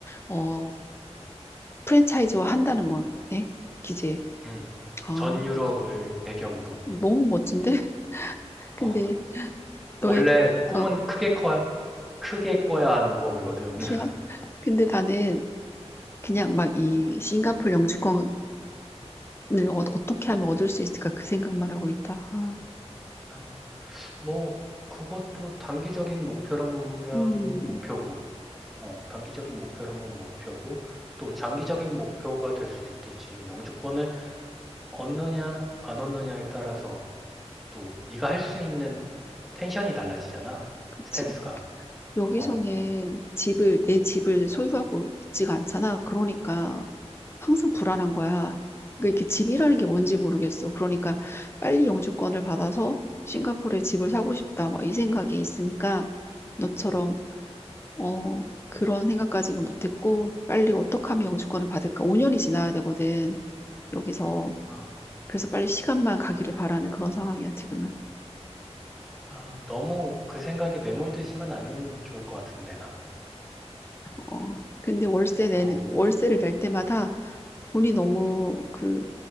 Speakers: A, on the left; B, in the centre.
A: 어 프랜차이즈화 한다는 거네, 기지?
B: 음,
A: 아,
B: 전 유럽을 배경으로.
A: 너무 멋진데? <laughs> 근데
B: 어,
A: 너의
B: 원래 꿈은
A: 어,
B: 크게 커, 크게 꿔야 하는 법이거든.
A: 키야
B: <laughs>
A: 근데 나는 그냥 막 이 싱가폴 영주권 네, 어, 어떻게 하면 얻을 수 있을까 그 생각만 하고 있다. 아,
B: 아, 뭐 그것도 단기적인 목표라면
A: 음,
B: 목표고, 어, 단기적인 목표라면 목표고, 또 장기적인 목표가 될 수도 있겠지. 영주권을 얻느냐 안 얻느냐에 따라서 또 네가 할 수 있는 텐션이 달라지잖아.
A: 그치.
B: 스탠스가.
A: 여기서는
B: 어.
A: 집을, 내 집을 소유하고 있지가 않잖아. 그러니까 항상 불안한 거야. 그러니까 이게 집이라는
B: 음.
A: 게 뭔지 모르겠어. 그러니까 빨리 영주권을 받아서 싱가포르에 집을 사고 싶다. 막 이 생각이 있으니까 너처럼, 어, 그런 생각까지는 못했고, 빨리 어떻게 하면 영주권을 받을까? 5년이 지나야 되거든. 여기서.
B: 아,
A: 그래서 빨리 시간만 가기를 바라는 그런 상황이야, 지금은.
B: 아, 너무 그 생각에 매몰되지만 않으면 좋을 것 같은데, 난.
A: 어, 근데 월세 내,
B: 어,
A: 월세를 낼 때마다 돈이 너무 그